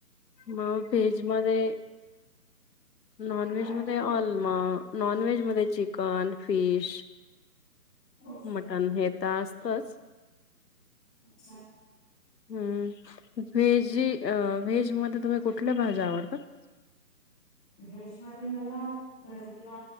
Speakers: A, on the left; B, in the centre.
A: म वेज मधे नॉनव्हेज
B: काय बोललात?
A: मध्ये अल्म नॉनव्हेज मध्ये चिकन, फिश.
B: ओके
A: मटण हे तर असतच.
B: अच्छा.
A: हम्म, व्हेजी अ व्हेजमध्ये तुम्ही कुठल्या भाज्या आवडतात?
B: वेज मध्ये मला, भरली वा